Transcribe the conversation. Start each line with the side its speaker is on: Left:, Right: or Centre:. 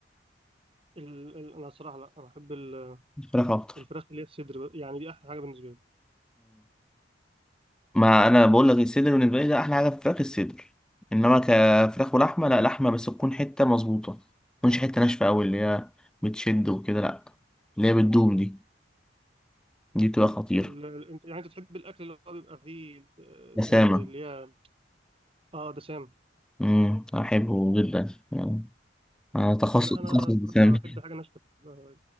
Right: ال... ال... انا الصراحه لا انا احب ال-
Centre: الفراخ اكتر
Right: الفراخ اللي هي الصدر بقى. يعني دي احلى حاجه بالنسبه لي
Centre: ما انا بقول لك الصدر بالنسبه لي ده احلى حاجه في الفراخ الصدر انما كفراخ ولحمه لا لحمه بس تكون حته مظبوطه ما تكونش حته ناشفه قوي اللي هي بتشد وكده لا اللي هي بتدوب دي دي بتبقى خطيره
Right: ال... ال- انت يعني انت تحب الاكل اللي هو بيبقى فيه آه،
Centre: بسامه
Right: ت- اللي هي اه دسام
Centre: امم احبه جدا يعني انا تخصص
Right: لا انا
Centre: تخصص بسامه
Right: صراحه احب حاجه ناشفه آه،